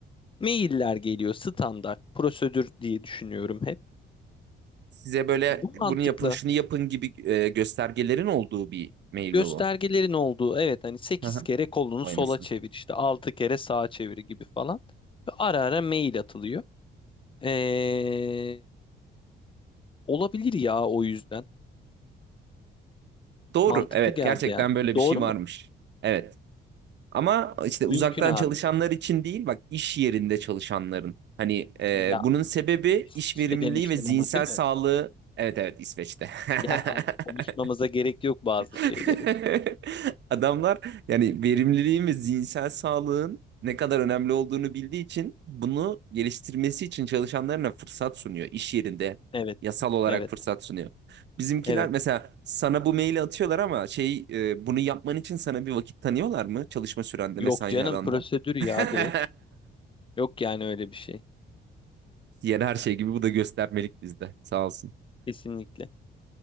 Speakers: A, on the left (about 25°); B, on the right (about 60°).
A: mailler geliyor standart prosedür diye düşünüyorum hep.
B: Size böyle
A: Bu
B: bunu
A: mantıkla
B: yapın, şunu yapın gibi e, göstergelerin olduğu bir mail
A: göstergelerin
B: mi bu?
A: olduğu evet hani sekiz
B: Hı hı.
A: kere kolunu
B: Vay
A: sola
B: anasını.
A: çevir işte 6 kere sağa çevir gibi falan. Ve ara ara mail atılıyor. Ee, olabilir ya o yüzden.
B: Doğru.
A: Mantıklı
B: Evet,
A: geldi
B: gerçekten
A: yani.
B: böyle bir
A: Doğru
B: şey varmış.
A: mu?
B: Evet. Ama işte
A: Mümkün
B: uzaktan
A: abi.
B: çalışanlar için değil, bak iş yerinde çalışanların. Hani e,
A: E, Ya
B: bunun sebebi
A: seçili
B: iş verimliliği
A: demiştin
B: ve zihinsel
A: ama değil mi?
B: sağlığı. Evet evet İsveç'te.
A: Ya
B: <laughs>
A: konuşmamıza gerek yok bazı şeyleri.
B: <laughs> Adamlar yani verimliliğin ve zihinsel sağlığın ne kadar önemli olduğunu bildiği için bunu geliştirmesi için çalışanlarına fırsat sunuyor iş yerinde.
A: Evet,
B: Yasal olarak
A: evet,
B: fırsat sunuyor. Bizimkiler
A: evet.
B: mesela sana bu maili atıyorlar ama şey e, bunu yapman için sana bir vakit tanıyorlar mı? Çalışma sürende,
A: Yok
B: mesai
A: canım
B: aranda.
A: prosedür ya
B: <laughs>
A: direkt. Yok yani öyle bir şey.
B: Diğer her şey gibi bu da göstermelik bizde. Sağ olsun.
A: Kesinlikle.